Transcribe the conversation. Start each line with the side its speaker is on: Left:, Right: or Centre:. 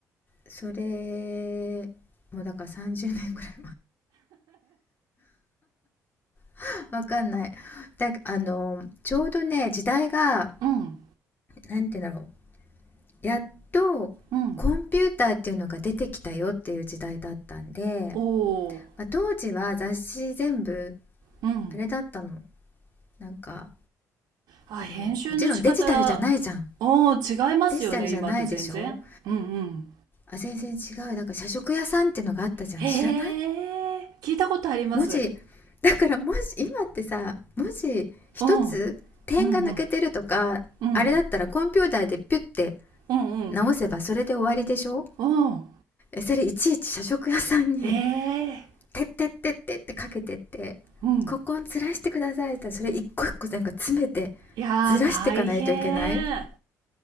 Left: それもうだから30年ぐらい前 <laughs> わかんないだあのちょうどね時代が
Right: うん。
Left: なんて言うんだろうやっとコンピューターっていうのが出てきたよっていう時代だったんで、
Right: うんうん。おお。
Left: まあ、当時は雑誌全部
Right: うん。
Left: あれだったのなんか
Right: あ、
Left: あのもちろんデジタルじゃないじゃん
Right: 編集の仕方、おお、違いますよね、
Left: デジタルじゃないでしょ
Right: 今と全然。うんうん。
Left: あ全然違うだから社食屋さんってのがあったじゃん知らない
Right: へえ。聞いたことあります。
Left: 文字だからもし今ってさ文字一つ点が抜けてるとかあれだったらコンピューターでピュッて
Right: うん。うんうん。うん。うん
Left: 直せばそれで終わりでしょ
Right: うん。うん。
Left: それいちいち社食屋さんに
Right: ええ。
Left: 「てってってって」ってかけてって「ここをずらしてください」ってそれ一個一個なんか詰めてずらしていかないといけない
Right: うん。いやー、大変。